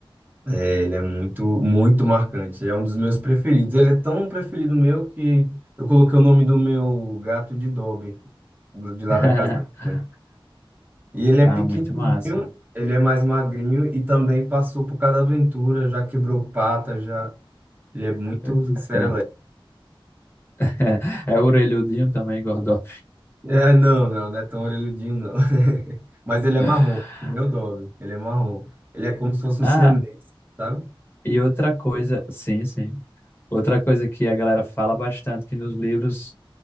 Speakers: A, on the right; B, on the left.
A: É, ele é muito, muito marcante. Ele é um dos meus preferidos. Ele é tão preferido meu que eu coloquei o nome do meu gato de Dobby, de lá
B: <laughs>
A: da casa da minha mãe. E ele é
B: Ah,
A: pequenininho,
B: muito massa.
A: ele é mais magrinho e também passou por cada aventura, já quebrou pata, já... Ele é muito
B: Eita.
A: serelepe.
B: <laughs> É orelhudinho também, gordão.
A: É, não, não, não é tão orelhudinho, não. <laughs> Mas ele é
B: <laughs>
A: marrom, meu Dobby, ele é marrom. Ele é como se fosse um
B: Ah,
A: siamês, sabe?
B: e outra coisa, sim, sim. Outra coisa que a galera fala bastante que nos livros